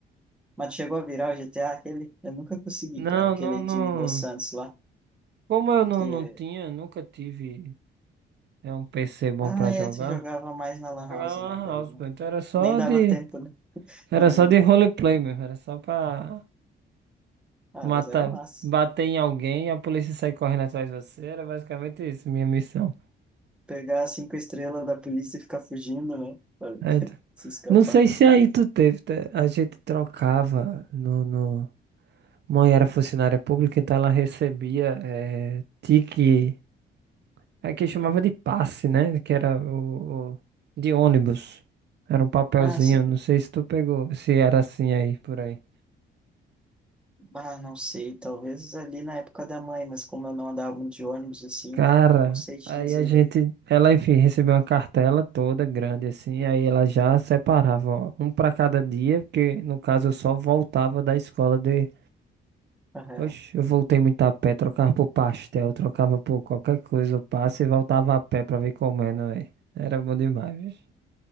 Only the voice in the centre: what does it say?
Mas chegou a virar o GTA, aquele... Eu nunca consegui,
cara, aquele
de Los Santos lá,
que...
Ah,
é, tu jogava mais na Lan House,
né?
Daí
não...
nem dava
tempo, né,
de virar.
Ah,
mas era massa.
Pegar as cinco estrelas da polícia e ficar fugindo, né? Pra
se escapar.
Ah, sim.
Ah, não sei, talvez ali na época da mãe, mas como eu não andava muito de ônibus, assim,
não, não sei te
dizer,
velho.
Aham.